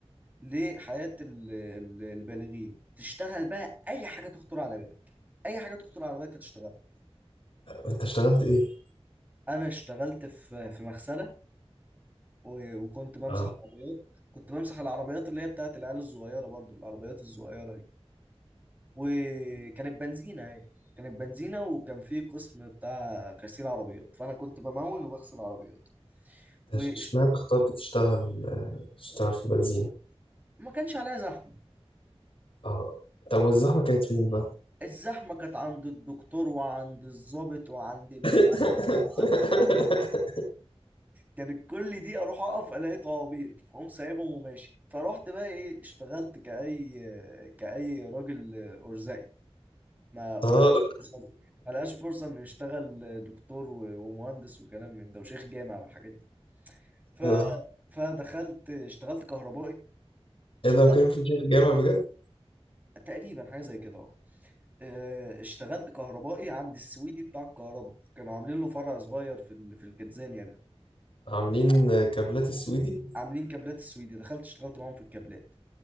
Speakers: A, on the right; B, on the left.
A: لحياة ال- ال- البالغين تشتغل بقى اي حاجة تخطر على بالك اي حاجة تخطر على بالك هتشتغلها
B: انت اشتغلت ايه
A: انا اشتغلت في في مغسلة و- وكنت بمسح
B: اه
A: عربيات كنت بمسح العربيات اللي هي بتاعت العيال الصغيرة برضو العربيات الصغيرة وكانت بنزينة هي كانت بنزينة وكان في قسم بتاع غسيل عربيات فأنا كنت بمون وبغسل عربيات
B: أنت
A: واشتغل
B: اش- اشمعنى اخترت تشتغل آه، تشتغل في بنزين
A: ما كانش عليها زحمة
B: اه طب والزحمه كانت فين بقى
A: الزحمة كانت عند الدكتور وعند الضابط وعند المهندس
B: <laughs>
A: وعند كانت كل دي أروح أقف ألاقي طوابير فأقوم سايبهم وماشي فرحت بقى إيه اشتغلت كأي كأي راجل أرزقي ما ما
B: اه
A: لقاش فرصة ما لقاش فرصة انه يشتغل دكتور و- ومهندس وكلام من ده وشيخ جامع والحاجات دي ف
B: ايه ده
A: فدخلت اشتغلت كهربائي
B: ايه
A: اشتغلت
B: ده كان في شيخ جامع بجد
A: تقريبا حاجة زي كده اه اه، اشتغلت كهربائي عند السويدي بتاع الكهرباء كانوا عاملين له فرع صغير في ال... في الكتزانيا ده
B: عاملين كابلات السويدي
A: عاملين كابلات السويدي دخلت اشتغلت معاهم في الكابلات